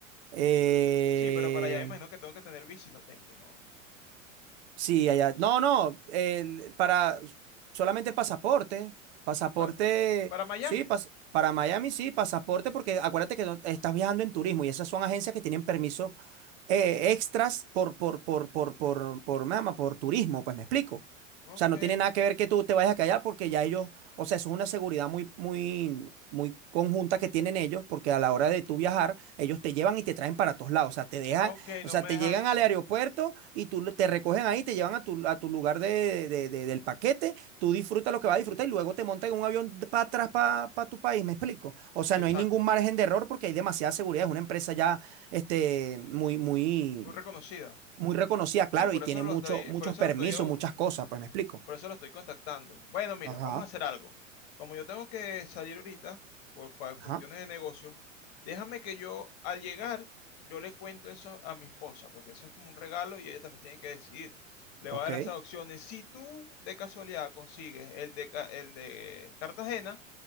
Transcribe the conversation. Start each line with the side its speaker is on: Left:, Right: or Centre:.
Right: Eh,
Left: Sí, pero para allá me imagino que tengo que tener bici, no tengo, no.
Right: Sí, allá. No, no, el- para solamente el pasaporte. Pasaporte,
Left: Para, para Miami.
Right: sí, pas- para Miami sí, pasaporte, porque acuérdate que no- estás viajando en turismo y esas son agencias que tienen permisos eh, extras por, por, por, por, por, por, mama, por turismo, pues me explico.
Left: Ok.
Right: O sea, no tiene nada que ver que tú te vayas a callar porque ya ellos, o sea, eso es una seguridad muy, muy, muy conjunta que tienen ellos, porque a la hora de tú viajar, ellos te llevan y te traen para todos lados. O sea, te dejan
Left: Ah, Ok,
Right: o
Left: no
Right: sea,
Left: me
Right: te
Left: dejan...
Right: llegan al aeropuerto y tú te recogen ahí, te llevan a tu, a tu lugar de, de- de- del paquete, tú disfrutas lo que vas a disfrutar y luego te montas en un avión para atrás, para tu país, ¿me explico? O sea,
Left: Exacto.
Right: no hay ningún margen de error porque hay demasiada seguridad, es una empresa ya este, muy, muy,
Left: Muy reconocida.
Right: muy reconocida,
Left: Sí,
Right: claro,
Left: por
Right: y tiene
Left: eso lo
Right: mucho,
Left: estoy,
Right: muchos
Left: por eso
Right: permisos,
Left: lo estoy
Right: muchas cosas, pues me explico.
Left: Por eso lo estoy contactando. Bueno, mira,
Right: Ajá,
Left: vamos a hacer algo. Como yo tengo que salir ahorita por pa- cuestiones
Right: ajá,
Left: de negocio, déjame que yo al llegar, yo le cuento eso a mi esposa, porque eso es como un regalo y ella también tiene que decidir. Le voy
Right: ok,
Left: a dar esas opciones. Si tú de casualidad consigues el de, Ca- el de Cartagena,